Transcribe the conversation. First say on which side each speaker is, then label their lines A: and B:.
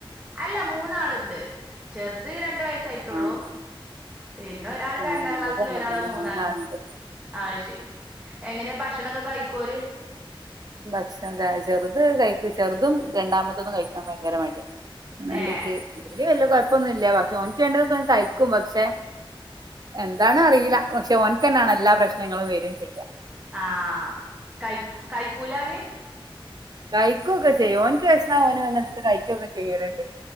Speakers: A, on the right (about 15°); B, on the right (about 45°).
A: അല്ല മൂന്നാളുണ്ട് ചെറുത് രണ്ടു വയസ്സായി ട്ടുള്ളു
B: ആ ആ
A: പിന്നെ ഒരാള്
B: ആഹ്
A: രണ്ടാം
B: എന്റതും
A: ക്ലാസ്സില് ഒരാള്
B: അങ്ങനെത്തന്നെ
A: മൂന്നാം
B: മൂന്നാളുണ്ട്
A: ക്ലാസിൽ അത് ശെരി എങ്ങനെയ ഭക്ഷണക്കെ കഴിക്കോര്
B: ഭക്ഷണം ചെറുത് കഴി ചെറുതും രണ്ടാമത്തതും കഴിക്കാൻ ഭയങ്കര മടിയ വേണ്ടീട്ട്
A: ഏഹ്
B: ഇ വല്യ കൊഴപ്പൊന്നുല്ല പക്ഷെ ഓനിക്ക് വേണ്ടതൊക്കെ കഴിക്കും പക്ഷെ എന്താണ് അറിയില്ല പക്ഷെ ഒൻക്കന്നാണ് എല്ലാ പ്രശ്നങ്ങളും വരും ചെയ്യാ
A: ആഹ് കൈ കൈക്കൂലാത്
B: കഴിക്കുവൊക്കെ ചെയ്യും ഓനിക്ക് വെശന്ന ഓന് വന്നെടുത്ത് കഴിക്കുവൊക്കെ ചെയ്യലുണ്ട്